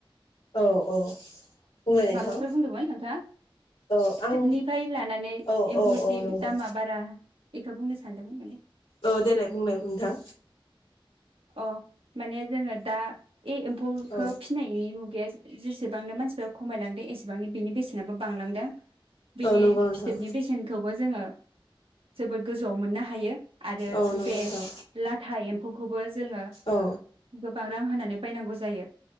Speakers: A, on the left (about 85°); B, on the right (about 80°).
A: औ औ बुंलाय नोंथां
B: माबाफोर बुंदोंमोन नोंथाङा
A: औ
B: फिथोबनिफ्राय
A: आं
B: लानानै
A: औ
B: एम्फौसिम
A: औ नंगौ
B: दामा बारा एखौ बुंनो सानदोंमोन माने।
A: ओ देलाय बुंलाय नोंथां?
B: अ माने जोङो दा ए एम्फौखौ
A: औ
B: फिनाय नु गैया जेसेबांनो मानसिफोरा खमायलांदों एसेबांनो बिनि बेसेनाबो बांलांदों। बिनि
A: औ नंगौ नोंथां
B: फिथोबनि बेसेनखौबो जोङो जोबोद गोजौआव मोननो हायो। आरो
A: औ नंगौ
B: बे
A: नोंथां
B: लाथा एम खौबो जोङो
A: औ
B: गोब बां रां होनानै बायनांगौ जायो।